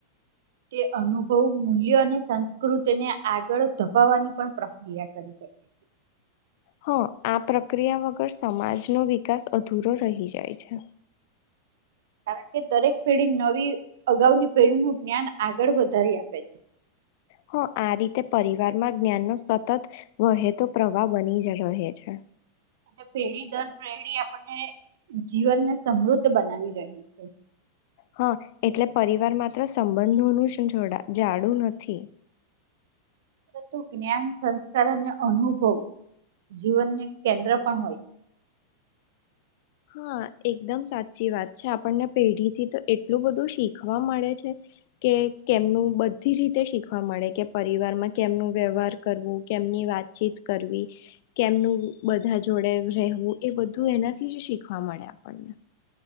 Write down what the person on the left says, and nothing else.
હા આ પ્રક્રિયા વગર સમાજનો વિકાસ અધૂરો રહી જાય છે.
હા આ રીતે પરિવારમાં જ્ઞાનનો સતત વહેતો પ્રવાહ બની જ રહે છે.
હા એટલે પરિવાર માત્ર સંબંધોનું જ જોડા જાડું નથી
હા એકદમ સાચી વાત છે આપણને પેઢીથી તો એટલું બધું શીખવા મળે છે કે કેમનું બધી રીતે શીખવા મળે કે પરિવારમાં કેમનું વ્યવહાર કરવું કેમની વાતચીત કરવી કેમનું બધા જોડે રહેવું એ બધું એનાથી જ શીખ શીખવા મળે આપણને